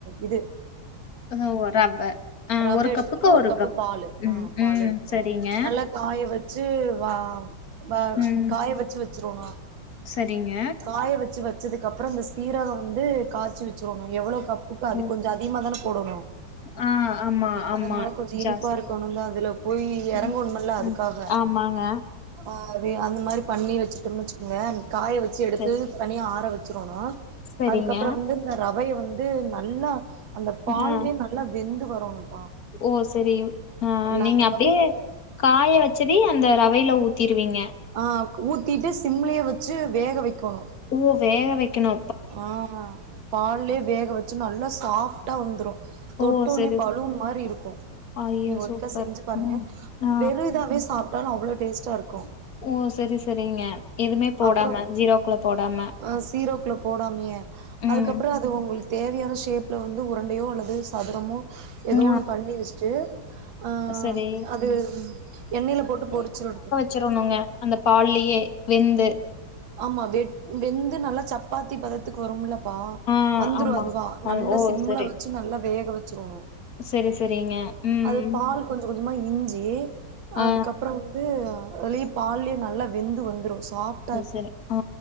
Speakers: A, on the right; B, on the left.
A: இது
B: <unintelligible>
A: ரவ்வே எடுத்துக்குணு
B: கப்புக்கு
A: ஒரு கப்பு
B: கப்.
A: பாலு
B: ம்,
A: ஆ பாலு
B: ம்.
A: எடுத்துக்குணு
B: சரிங்க.
A: நல்லாக் காய வெச்சி வா வா
B: ம்,
A: காய வெச்சி வெச்சிரோனு
B: சரிங்க.
A: காய வெச்சி வச்சதுக்கு அப்புறோ இந்த சீரகோ வந்து காய்சி வச்சிர்ணு எவ்ளோ கப் க்கு அது
B: ஓ!
A: கொஞ்சோ அதிகமாதான போடணு
B: ஆ, ஆமா, ஆமா.
A: அதனால கொஞ்சு இனிப்பாருக்கோணு
B: ஜாஸ்தி.
A: தா அதுல போயி
B: ம்,
A: எறங்கோணுமல்ல அதுக்காக
B: ம். ஆமாங்க.
A: ஆ ரவயே அந்த மாரி பண்ணி வச்சுட்டோம்னு வச்சுக்கோங்களே காய வெச்சு எடுத்து
B: சரி.
A: தனியா ஆற வச்சிரோணு
B: சரிங்க.
A: அதுக்கப்புறோ வந்து இந்த ரவைய வந்து நல்லா அந்த பால்லே
B: ஆ.
A: நல் வெந்து வரணும்ப்பா
B: ஓ செரி ஆ
A: நா
B: நீங்க அப்டே
A: ரவைய
B: காய வச்சதி அந்த ரவையில ஊத்திருவீங்க
A: ஆ ஊத்திட்டு சிம்லே வெச்சு வேக வைக்கோணு
B: ஓ வேக வெக்கணு
A: ஆ பால்லே வேக வெச்சு நல்லா சாப்டா வந்துரு தொட்டோனே
B: ஓ! சரி.
A: பலூன்
B: ஸ்
A: மாரி இருக்கு
B: ஐயோ!
A: நீ ஒருக்கா
B: சூப்பர்.
A: செஞ்சு பாருங்க
B: ம். ஆ.
A: வெறு இதாவே சாப்ட்டாலு அவ்ளோ டேஸ்ட்டாருக்கு
B: ஓ செரி செரிங்க எதுவுமே போடாம
A: அப்றோ
B: ஜீராக்குள்ள போடாம
A: ஆ சீராக்குள்ள போடாமியே
B: ம்.
A: அதுக்கப்புறோ அது உங்களுக்கு தேவையான ஷேப்ல வந்து உருண்டையோ அல்லது சதுரமோ
B: ஆ.
A: ஏதோ ஒன்னு பண்ணி வச்சுட்டு ஆ
B: சரி.
A: அது எண்ணெயில போட்டு பொறிச்சு எடுத்துரணு
B: சுரணுங்க அந்த பால்லயே வெந்து
A: ஆமா வெட் வெந்து நல்லா சப்பாத்தி பதத்துக்கு வரும்லப்பா
B: ஆ,
A: வந்துரு
B: ஆமா.
A: அதுவா
B: அ
A: நல்ல
B: ஓ!
A: சிம்ள
B: சரி.
A: வச்சு நல்லா வேக வச்சிரொணு
B: சரி, சரிங்க. ம்.
A: அது பால் கொஞ்ச கொஞ்சமா இஞ்சி் அ
B: ஆ.
A: அதுக்கப்றோ து அலயு பால்லயு நல்லா வெந்து வந்துரு சாஃப்
B: அ சரி ஆ